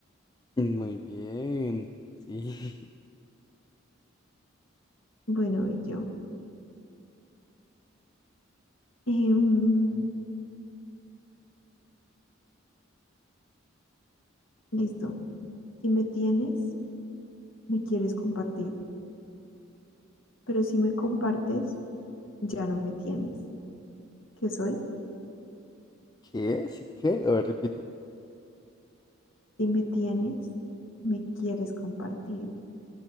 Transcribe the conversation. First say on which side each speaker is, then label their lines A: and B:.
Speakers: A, on the left; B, on the left.
A: Muy bien. Sí. <laughs>
B: Bueno, y yo. Em, listo. Si me tienes, me quieres compartir. Pero si me compartes, ya no me tienes. ¿Qué soy?
A: ¿Qué? ¿Sí qué? A ver, repítelo.
B: Si me tienes, me quieres compartir.